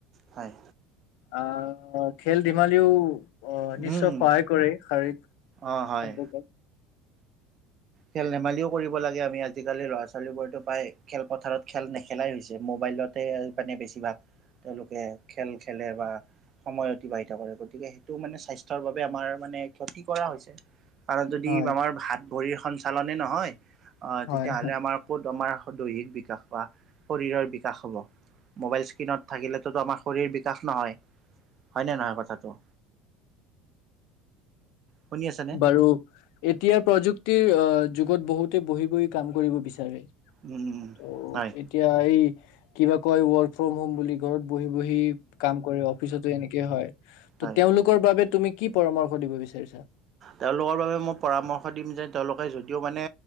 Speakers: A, on the right; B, on the left.
A: হয়।
B: অ খেল ধিমালিও। অ নিশ্চয়
A: উম,
B: সহায় কৰে শাৰীৰিক সম্পৰ্কত।
A: অ' হয়। খেল ধেমালিও কৰিব লাগে আমি আজিকালি ল'ৰা ছোৱালীবোৰতো প্ৰায় খেলপথাৰত খেল নেখেলাই হৈছে। মোবাইলতে মানে বেছিভাগ তেওঁলোকে খেল খেলে বা সময় অতিবাহিত কৰে। গতিকে সেইটো মানে স্বাস্থ্যৰ বাবে আমাৰ মানে ক্ষতি কৰা হৈছে। পাৰ যদি
B: হয়
A: আমাৰ ভাত। ভৰীৰ এখন। চালনে নহয়। অ
B: হয়
A: তেতিয়াহ'লে আমাৰ ক'ত আমাৰ। দৈহিক বিকাশ। বা শৰীৰৰ বিকাশ হ'ব। মোবাইল স্ক্ৰীণত থাকিলেততো আমাৰ শৰীৰ বিকাশ নহয়। হয় নহয় কথাটো। শুনি আছেনে?
B: বাৰু এতিয়াাৰ প্ৰযুক্ত। ক্তিৰ যুগত বহুতে বহি বহি কাম কৰিব বিচাৰে।
A: উম উম উম
B: ত
A: হয়
B: এতিয়া এই। কিবা কয় ৱৰ্ক ফ্ৰম হোম বুলি ক। ঘৰত বহি বহি কাম কৰে অফিচতো এনেকে হয় ত
A: হয়।
B: তেওঁলোকৰ বাবে। তুমি কি পৰামৰ্শ দিব বিচাৰিছা।
A: তেওঁলোকৰ বাবে মই পৰামৰ্শ দিম যে তেওঁলোকে যদিও মানে